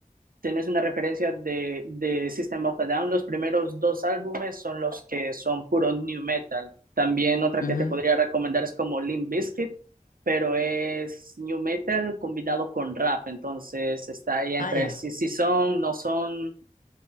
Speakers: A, on the right; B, on the left.
A: tenés una referencia de, de System of a Down, los primeros dos álbumes son los que son puro new metal. También otra
B: Ajá.
A: que te podría recomendar es como Limp Bizkit, pero es new metal combinado con rap, entonces está ahí entre
B: Ah, ya.
A: si, si son, no son,